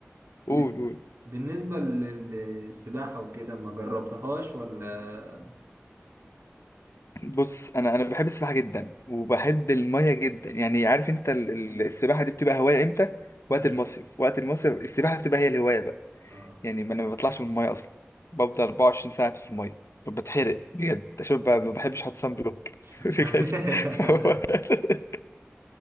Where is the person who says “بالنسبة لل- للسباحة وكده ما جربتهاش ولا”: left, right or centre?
Right